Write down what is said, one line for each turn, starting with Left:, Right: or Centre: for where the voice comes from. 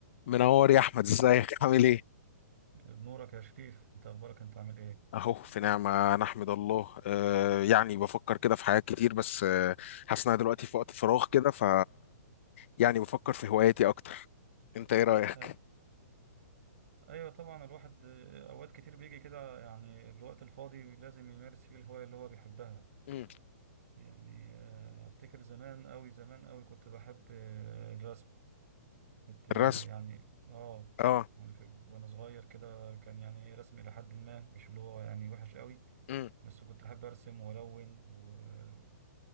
Left: منور يا احمد ازيك عامل ايه
Right: بنورك يا شريف انت اخبارك انت عامل ايه
Left: اهو في نعمه نحمد الله آه يعني بفكر كده في حاجات كتير بس آه حاسس إن أنا دلوقتي في وقت فراغ كده ف يعني بفكر في هواياتي اكتر انت ايه رايك
Right: أي- ايوه طبعا الواحد آه، اوقات كتير بيجي كده يعني الوقت الفاضي لازم يمارس فيه الهواية اللي هو بيحبها
Left: مم.
Right: يعني آه، افتكر زمان قوي زمان قوي كنت بحب آه، الرسم كنت آه،
Left: الرسم
Right: يعني اه
Left: اه
Right: يعني في وانا صغير كده كان يعني رسم الى حد ما مش اللي هو يعني وحش قوي
Left: مم.
Right: بس كنت احب ارسم والون ولحد